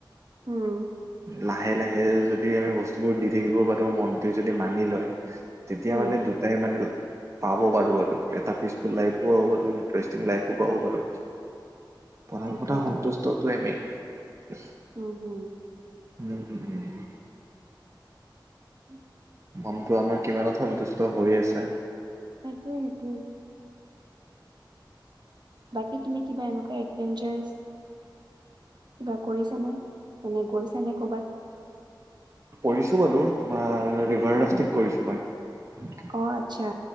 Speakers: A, on the right; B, on the right.
A: উম
B: লাহে লাহে যদি আমি বস্তুবোৰ দি থাকিব পাৰো মনটো যদি মানি লয় তেতিয়া
A: উম
B: মানে দুটাই মানে পাব পাৰো আৰু এটা পিচফুল লাইফো হৈ গল ইণ্টাৰেষ্টিং লাইফো পাব পাৰো প্ৰথম
A: তাকেইতো
B: কথা সন্তুষ্টটোৱে মেইন <unintelligible>
A: উম হুম
B: <unintelligible>
A: উম
B: মনটো আমাৰ কিমানত সন্তুষ্ট কৰি আছে
A: সেইটোৱে সেইটোৱে বাকী তুমি কিবা এনেকুৱা এডভেঞ্চাৰছ কিবা কৰিছানে মানে গৈছা নে কবাত
B: কৰিছো বাৰু তোমাৰ ৰিভাৰ ৰাফটিং কৰিছো মই
A: অ আচ্ছা